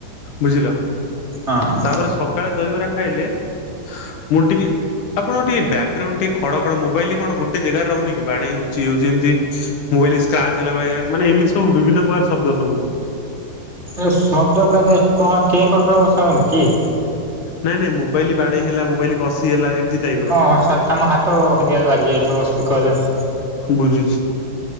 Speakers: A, on the left (about 65°); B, on the right (about 20°).
A: ବୁଝିଲ?
B: ହଁ।
A: ତାପରେ ସକାଳେ ଦହିବରା ଖାଇଲେ ମୁଁ ଟିକେ ଆପଣଙ୍କର ଟିକେ ବ୍ୟାକଗ୍ରାଉଣ୍ଡ ଟିକେ ଖଡ଼ ଖଡ଼ ମୋବାଇଲ କଣ ଗୋଟେ ଜାଗାରେ ରହୁନି କି ବାଡ଼େଇ ହଉଛି ଇଏ ହଉଛି ଏମିତି ମୋବାଇଲ ସ୍କ୍ରାଚ ହେଲା ପରିକା ମାନେ ଏମିତି ସବୁ ବିଭିନ୍ନ ପ୍ରକାର ଶବ୍ଦ ଶୁଭୁଚି।
B: ଏ ଶବ୍ଦ କଣ କଣ କେ କଟର ସାଉଣ୍ଡ କି?
A: ନାଇଁ ନାଇଁ ମୋବାଇଲି ବାଡେଇ ହେଲା ମୋବାଇଲି ଘଷି ହେଲା ଏମିତି ଟାଇପ ର
B: ଓହୋ ସରି ତମ ହାତ ହେଇଦିହରେ ବାଜି ଯାଇଥିବ ସ୍ପିକରରେ ଆଉ।
A: ବୁଝୁଛି।